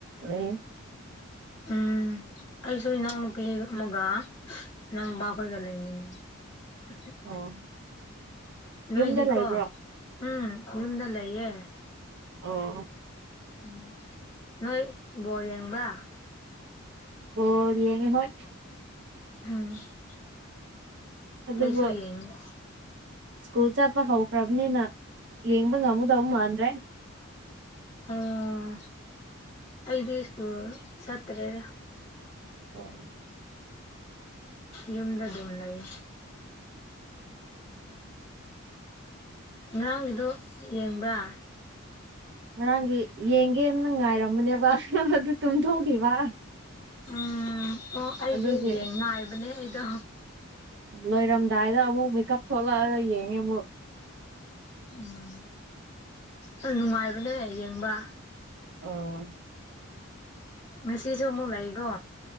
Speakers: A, on the right (about 55°); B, on the left (about 30°).
A: ꯂꯩ
B: ꯎꯝ ꯑꯩꯁꯨ ꯏꯅꯥꯎꯅꯨꯄꯤ ꯑꯃꯒ ꯏꯅꯥꯎꯅꯨꯄꯥ ꯈꯣꯏꯒ ꯂꯩꯃꯤꯅꯦ <unintelligible>
A: ꯑꯣ
B: ꯅꯣꯏꯗꯤꯀꯣ
A: ꯌꯨꯝꯗ ꯂꯩꯕ꯭ꯔꯣ
B: ꯎꯝ ꯌꯨꯝꯗ ꯂꯩꯌꯦ
A: ꯑꯣ
B: ꯎꯝ ꯅꯣꯏ ꯕꯣꯜ ꯌꯦꯡꯕ꯭ꯔ
A: ꯕꯣꯜ ꯌꯦꯡꯉꯦ ꯍꯣꯏ
B: <unintelligible>
A: ꯑꯗꯨꯕꯨ
B: ꯑꯩꯁꯨ ꯌꯦꯡꯉꯤ
A: ꯁ꯭ꯀꯨꯜ ꯆꯠꯄ ꯍꯧꯈ꯭ꯔꯕꯅꯤꯅ ꯌꯦꯡꯕ ꯉꯝꯃꯨꯗꯧ ꯃꯥꯟꯗ꯭ꯔꯦ
B: ꯑꯣ ꯑꯩꯗꯤ ꯁ꯭ꯀꯨꯜ ꯆꯠꯇꯔꯦꯗ
A: <unintelligible>
B: ꯌꯨꯝꯗ ꯗꯨꯝ ꯂꯩ
A: <unintelligible>
B: ꯉꯔꯥꯡꯒꯤꯗꯣ ꯌꯦꯡꯕ꯭ꯔꯥ
A: ꯉꯔꯥꯡꯒꯤ ꯌꯦꯡꯒꯦꯅ ꯉꯥꯏꯔꯝꯕꯅꯦꯕ ꯑꯗꯨ ꯇꯨꯝꯊꯣꯛꯈꯤꯕ
B: ꯎꯝ ꯑꯣ ꯑꯩꯗꯤ
A: ꯑꯗꯨꯒꯤ
B: ꯌꯦꯡ ꯉꯥꯏꯕꯅꯦ ꯑꯩꯗꯣ
A: ꯂꯣꯏꯔꯝꯗꯥꯏꯗ ꯑꯃꯨꯛ ꯃꯤꯀꯞ ꯊꯣꯛꯂꯛꯑꯒ ꯌꯦꯡꯉꯦ ꯑꯃꯨꯛ
B: ꯎꯝ ꯍꯩ ꯅꯨꯡꯉꯥꯏꯕꯅꯦ ꯌꯦꯡꯕ
A: ꯑ
B: ꯉꯁꯤꯁꯨ ꯑꯃꯨꯛ ꯂꯩꯒꯣ